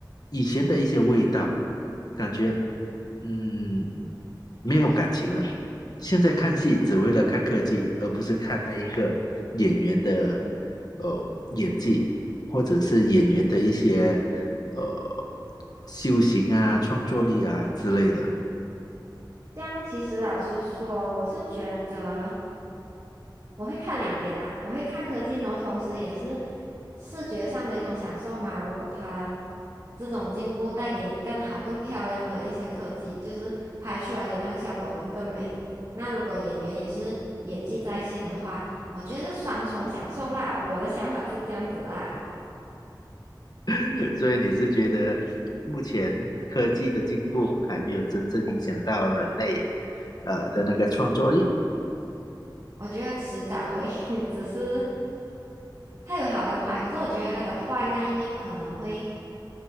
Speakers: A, on the left; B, on the right.
A: 以前的一些味道，感觉嗯，没有感情了。现在看戏只为了看科技，而不是看那一个演员的呃演技，或者是演员的一些呃修行啊、创作力啊之类的。
B: 这样其实老实说，我是觉得我会看两边啦，我会看科技，然后同时也是视觉上的一种享受嘛。如果它这种进步带给你更好、更漂亮的一些科技，就是拍出来的那个效果会更美。那如果演员也是演技在线的话，我觉得是双重享受啦。我的想法是这样子啦，
A: <laughs> 所以你是觉得目前科技的进步还没有真正影响到人类呃的那个创作力？
B: 我觉得迟早会，<laughs> 只是它有好跟坏。可是我觉得它的坏那一面可能会，